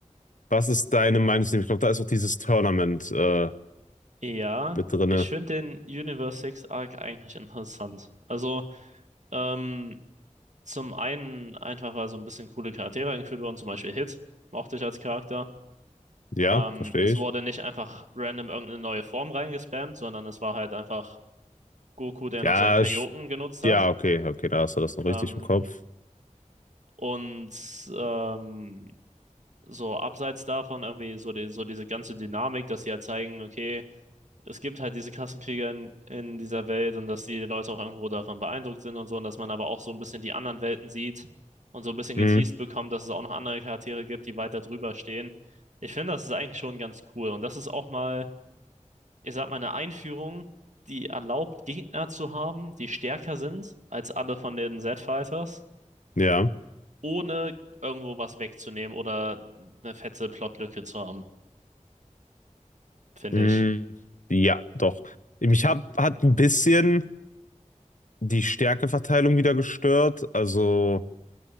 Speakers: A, on the left; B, on the right.
A: Was ist deine Meinung? Ich glaube, da ist auch dieses Tournament äh,
B: Ja,
A: mit drinne.
B: ich finde den Universe 6 Arc eigentlich interessant. Also, Ähm, zum einen einfach, weil so ein bisschen coole Charaktere eingeführt wurden, zum Beispiel Hit, mochte ich als Charakter.
A: Ja,
B: Ähm,
A: verstehe
B: es
A: ich.
B: wurde nicht einfach random irgendeine neue Form reingespammt, sondern es war halt einfach Goku, der
A: Ja,
B: noch seinen Kaioken
A: sch-
B: genutzt hat.
A: ja, okay, okay, da hast du das noch
B: Ähm,
A: richtig im Kopf.
B: und ähm, so abseits davon irgendwie so, die, so diese ganze Dynamik, dass sie ja halt zeigen, okay, es gibt halt diese Kassenkriege in, in dieser Welt und dass die Leute auch irgendwo davon beeindruckt sind und so und dass man aber auch so ein bisschen die anderen Welten sieht und so ein bisschen
A: Mhm,
B: geteased bekommt, dass es auch noch andere Charaktere gibt, die weiter drüber stehen. Ich finde, das ist eigentlich schon ganz cool und das ist auch mal, ich sag mal, eine Einführung, die erlaubt, Gegner zu haben, die stärker sind als alle von den Z-Fighters,
A: ja,
B: ohne irgendwo was wegzunehmen oder eine fette Plotlücke zu haben, finde
A: mhm,
B: ich.
A: ja, doch. Mich hab, hat ein bisschen die Stärkeverteilung wieder gestört. Also,